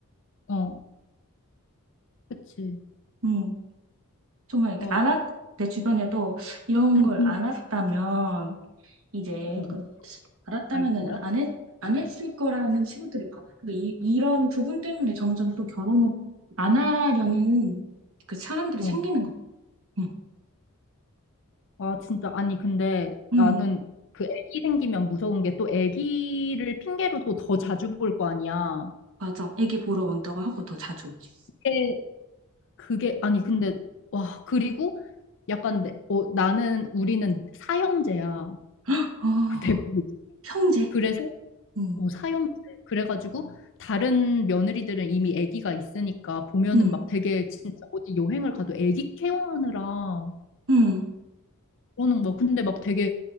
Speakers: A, on the left; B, on the right.
A: 어, 그치.
B: 음 정말 이게
A: 와,
B: 알았 내 주변에도 이런
A: 아니,
B: 걸
A: 근데,
B: 알았다면 이제
A: 어,
B: 그 알았다면은
A: 알 거야?
B: 안 했, 안 했을 거라는 친구들이 많아. 그 이, 이런 부분 때문에 점점 또 결혼을 안 하려는 그 사람들이
A: 어.
B: 생기는 거. 응,
A: 아, 진짜. 아니, 근데 나는
B: 응,
A: 그 애기 생기면 무서운 게 또 애기를 핑계로 또 더 자주 볼 거 아니야.
B: 맞아. 애기 보러 온다고 하고 더 자주 오지.
A: 그게, 그게, 아니, 근데, 와, 그리고 약간, 내, 어, 나는, 우리는 사형제야.
B: 아,
A: <laughs> 대부분.
B: 형제.
A: 그래서,
B: 응,
A: 어, 사형제. 그래가지고, 다른 며느리들은 이미 애기가 있으니까 보면은
B: 응,
A: 막 되게 진짜 어디 여행을 가도 애기 케어하느라
B: 응,
A: 그러는 거. 근데 막 되게